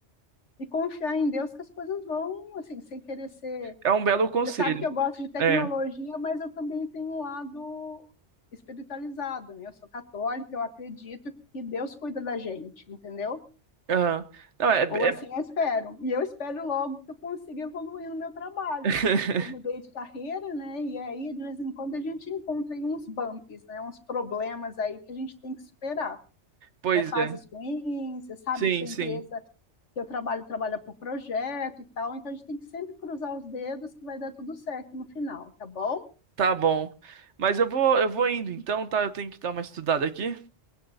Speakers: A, on the left; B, on the right.
A: e confiar em Deus que as coisas vão, assim, sem querer ser
B: É um belo conselho.
A: Você sabe que eu gosto de tecnologia,
B: É.
A: mas eu também tenho um lado espiritualizado, né? Eu sou católica, eu acredito que Deus cuida da gente, entendeu?
B: Aham. Não, é. é-
A: Ou assim eu espero. E eu espero logo que eu consiga evoluir no meu trabalho,
B: <laughs>
A: porque eu mudei de carreira, né? E aí, de vez em quando, a gente encontra aí uns bumps, né? Uns problemas aí que a gente tem que superar.
B: Pois
A: Né? Fases
B: é.
A: ruins, você sabe
B: Sim,
A: que a
B: sim.
A: empresa que eu trabalho trabalha por projeto e tal, então a gente tem que sempre cruzar os dedos que vai dar tudo certo no final, tá bom?
B: Tá bom. Mas eu vou, eu vou indo então, tá? Eu tenho que dar uma estudada aqui.